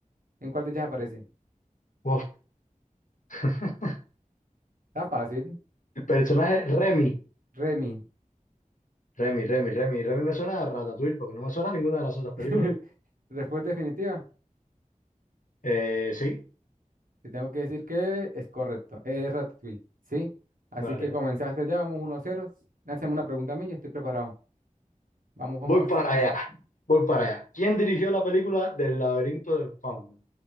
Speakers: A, on the right; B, on the left.
A: ¿En cuál de ellas aparece?
B: Uf, <laughs>
A: Está fácil.
B: El personaje Remy,
A: Remy.
B: Remy, Remy, Remy, Remy me suena a Ratatouille porque no me suena a ninguna de las otras películas.
A: <laughs> Respuesta definitiva.
B: Eh, sí,
A: Te tengo que decir que es correcto. Es Ratatouille. ¿Sí? Así
B: vale,
A: que comenzaste
B: vale.
A: ya. Vamos 1-0. Lánzame una pregunta a mí. Ya estoy preparado. Vamos, vamos.
B: Voy para allá, voy para allá. ¿Quién dirigió la película del laberinto del fauno?